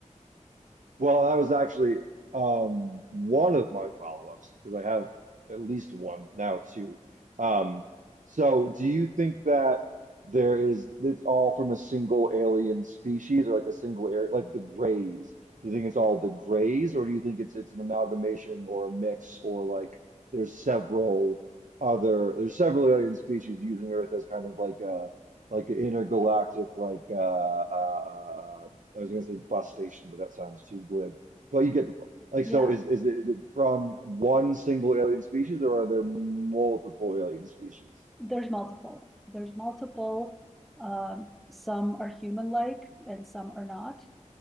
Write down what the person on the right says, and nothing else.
Well, that was actually um, one of my follow-ups because I have at least one now two. Um, so, do you think that there is it's all from a single alien species or like a single area, like the Greys? Do you think it's all the Greys, or do you think it's it's an amalgamation or a mix or like there's several other there's several alien species using Earth as kind of like a like an intergalactic like uh, uh, uh, uh, I was going to say bus station, but that sounds too glib. But you get the point. Like,
so is is it, is it from one single alien species, or are there multiple alien species?